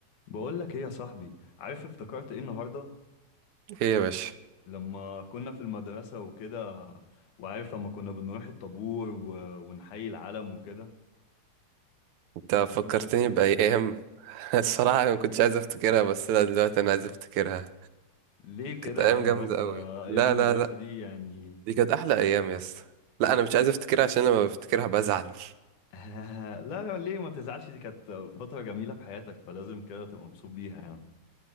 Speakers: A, on the left; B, on the right.
A: بقول لك ايه يا صاحبي عارف افتكرت ايه النهارده
B: ايه يا باشا
A: لما كنا في المدرسة وكده وعارف لما كنا بنروح الطابور و... ونحيي العلم وكده
B: انت فكرتني بأيام <laughs> الصراحة أنا ما كنتش عايز افتكرها بس لا دلوقتي انا عايز افتكرها
A: ليه كده
B: كانت ايام
A: يا عم
B: جامدة
A: بس
B: قوي
A: ده ايام
B: لا
A: المدرسة
B: لا لا
A: دي يعني
B: دي كانت احلى ايام يا اسطى لا انا مش عايز افتكرها عشان لما بفتكرها بزعل
A: <laughs> لا لا ليه ما تزعلش دي كانت فترة جميلة في حياتك فلازم كده تبقى مبسوط بيها يعني